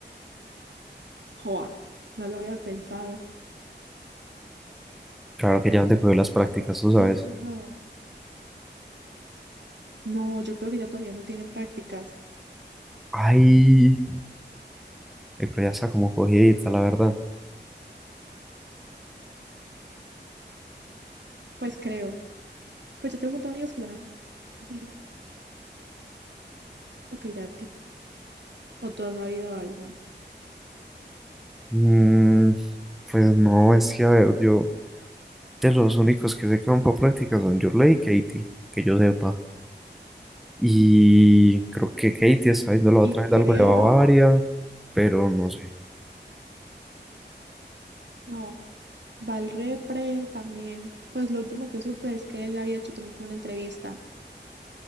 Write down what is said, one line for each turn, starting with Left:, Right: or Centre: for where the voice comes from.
Right: Joa, no lo había pensado.
Centre: Claro que ya donde cogió las prácticas, tú sabes.
Right: Ey, bro. No, yo creo que ya todavía no tiene prácticas.
Centre: Ay, ay, pero ya está como cogidita, la verdad.
Right: Pues creo. Pues yo tengo un montón de amigos que ya me han dicho que ya tiene, o tú has sabido algo.
Centre: Mm, pues no, es que a ver, yo de los únicos que sé que van para prácticas son Yurley y Katie, que yo sepa. Y creo que Katie está viendo la otra
Right: Y
Centre: vez
Right: creo,
Centre: algo de Bavaria, pero no sé.
Right: no, va al repre también. Pues lo último que supe es que él había hecho también como una entrevista,